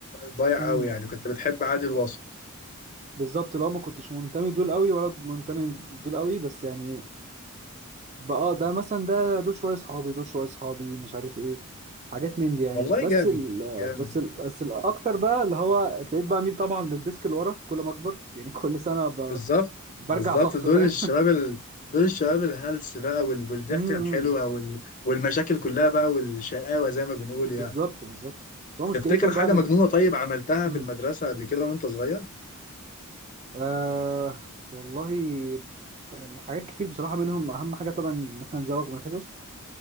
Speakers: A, on the left; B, on the right.
A: ضايع
B: مم.
A: قوي يعني كنت بتحب عادي الوسط
B: بالظبط لو ما كنتش منتمي دول قوي ولا منتمي دول قوي بس يعني بقى آه، ده مثلا ده دول شويه اصحابي دول شويه اصحابي مش عارف ايه حاجات من دي يعني
A: والله
B: بس
A: جامد
B: ال...
A: جامد
B: بس ال... بس الاكتر بقى اللي هو ابتديت بقى اميل طبعا للديسك اللي ورا كل ما اكبر يعني كل سنه ب...
A: بالظبط
B: برجع
A: بالظبط
B: صف
A: دول
B: فاهم
A: الشباب ال... دول الشباب الهلس بقى وال...
B: <laughs>
A: والضحكه
B: امم
A: الحلوه وال... والمشاكل كلها بقى والشقاوه زي ما بنقول يعني
B: بالظبط بالظبط بس هو مشكلتهم
A: تفتكر حاجه
B: بقى ان
A: مجنونه طيب عملتها
B: امم
A: في المدرسه قبل كده وانت صغير
B: آه والله يعني حاجات كتير بصراحه منهم اهم حاجه طبعا ان احنا نزود مناخيرنا